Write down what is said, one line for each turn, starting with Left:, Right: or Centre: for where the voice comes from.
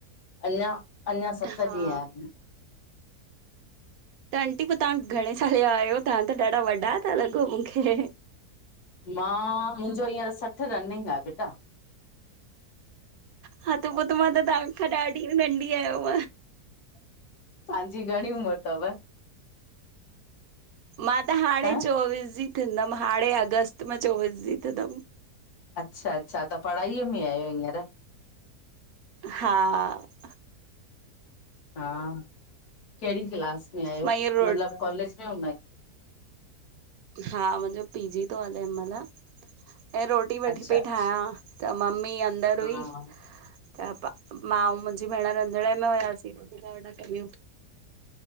Left: अंञा अंञा सत
Right: हा
Left: ॾींहं आहिन।
Right: त आंटी पो तव्हां घणे साल जा आहियो? तव्हां त ॾाढा वॾा ता लॻो मुखे
Left: मां मुंजो हींअर सठि रनिंग आ बेटा।
Right: हा त पो त मां त तव्हांखां ॾाढी नंढी आयंव।
Left: तव्हांजी घणी उमिर थव?
Right: मां त हाणे
Left: ह
Right: चोवीस जी थींदम हाणे अगस्त मां चोविस जी थींदम।
Left: अच्छा-अच्छा त पढ़ाईअ में आहियो हींअर?
Right: हा
Left: हा, केड़ी क्लास में आहियो?
Right: मां इअ रोट
Left: मतलब कॉलेज में हूंदा आहिन
Right: हा, मुंजो पी-जी थो हले हिन मल। ऐं रोटी वेठी
Left: अच्छा
Right: पई
Left: अच्छा
Right: ठाहियां, त मम्मी अंदर
Left: हा
Right: हुई। त प मां अऊं मुंजी भेण रंधिणे में हुयासीं, रोटी ता वेठा कयूं।